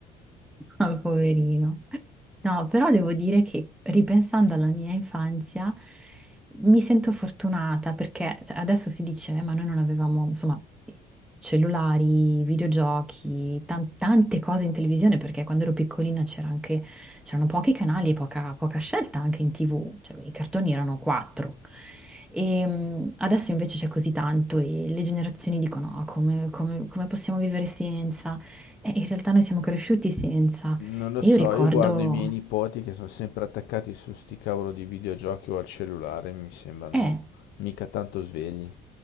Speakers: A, in the centre; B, on the left.
A: Ah, Poverino. No, però devo dire che ripensando alla mia infanzia mi sento fortunata perché adesso si dice, "Eh, ma noi non avevamo, insomma, cellulari, videogiochi, tan- tante cose in televisione perché quando ero piccolina c'era anche, c'erano pochi canali e poca, poca scelta anche in TV, cioè i cartoni erano quattro. E mh, adesso invece c'è così tanto e le generazioni dicono: "No, come, come- come possiamo vivere senza? E in realtà noi siamo cresciuti senza.
B: Non lo
A: E
B: so,
A: io ricordo,
B: io guardo i miei nipoti che sono sempre attaccati su sti cavolo di videogiochi o al cellulare, mi sembrano
A: eh,
B: mica tanto svegli.